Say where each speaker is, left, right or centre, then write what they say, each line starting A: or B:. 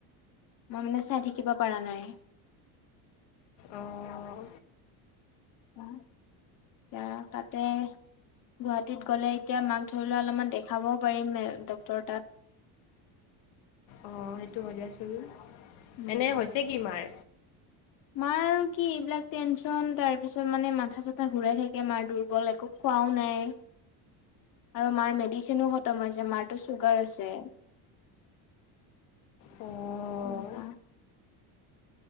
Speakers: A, on the left; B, on the left.
A: মই মানে চাই থাকিব পাৰা নাই।
B: অ'
A: অ ক তাতে গুৱাহাটীত গ'লে এতিয়া মাক ধৰি লোৱা অলপমান দেখাবও পাৰিম ডক্তৰ তাত। <unintelligible>
B: অ সেইটো হয় দিয়াচোন
A: উম
B: এনে হৈছে কি মাৰ?
A: মাৰ আৰু কি এইবিলাক টেনচন তাৰ পিছত মানে মাথা চাথা ঘুৰাই থাকে মাৰ দুৰ্বল একো। খোৱাও নাই। আৰু মাৰ মেডিচিনো খতম হৈছে মাৰতটো চুগাৰ আছে।
B: অ',
A: সনেকা।